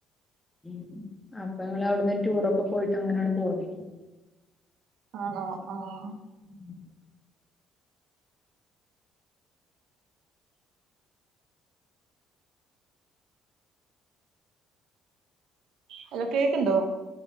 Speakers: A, on the left; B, on the right.
A: ഉം അപ്പ ഞങ്ങള് അവിട്ന്ന് റ്റൂറൊക്കെ പോയിട്ട് അങ്ങനേണ് പോന്നു
B: ആണോ ആഹ്
A: ഉം
B: ഹലോ കേക്ക്ണ്ടോ?